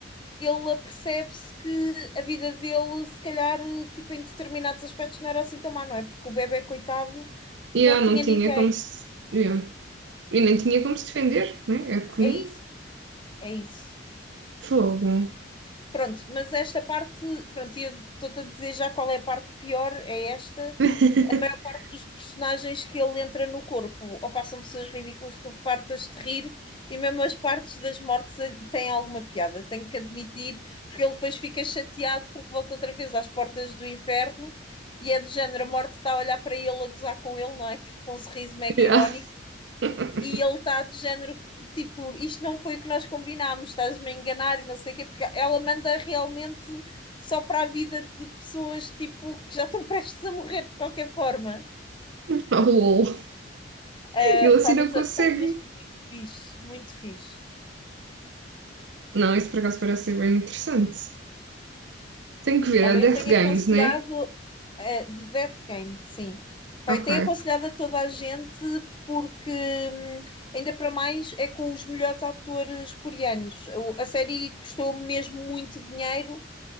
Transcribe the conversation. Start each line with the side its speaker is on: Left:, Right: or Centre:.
Left: ele apercebe-se que a vida dele, se calhar, tipo, em determinados aspectos, não era assim tão má, não é? Porque o bebê, coitado,
Right: Yeah,
Left: não tinha
Right: não tinha
Left: ninguém.
Right: como se. yeah. E nem tinha como se defender, né? É É pequenino.
Left: É isso, é isso.
Right: Fogo.
Left: Pronto, mas esta parte, pronto, e eu estou-te a dizer já qual é a parte pior, é esta, a
Right: <laughs>
Left: maior parte dos personagens que ele entra no corpo, ou passam pessoas ridículas que tu fartas de rir, e mesmo as partes das mortes têm alguma piada, tenho que admitir, porque ele depois fica chateado porque volta outra vez às portas do inferno e é do género, a morte está a olhar para ele, a gozar com ele, não é? Tipo, com um sorriso mega
Right: yeah.
Left: irónico.
Right: <laughs>
Left: E ele está do género, tipo, isto não foi o que nós combinámos, estás-me a enganar e não sei o quê, porque ela manda realmente só para a vida de pessoas, tipo, que já estão <laughs> prestes a morrer de qualquer forma.
Right: oh, lol.
Left: Uh,
Right: Ele assim
Left: pá,
Right: não
Left: mas
Right: consegue.
Left: está mesmo muito fixe, muito fixe.
Right: Não, isso por acaso parece ser bem interessante. Tenho que ver,
Left: Olha,
Right: a Death
Left: eu tenho
Right: Games,
Left: aconselhado
Right: né?
Left: uh, de Death Game, sim. Pá,
Right: Ok.
Left: eu tenho aconselhado a toda a gente porque hum, ainda para mais é com os melhores atores coreanos. O- A série custou mesmo muito dinheiro,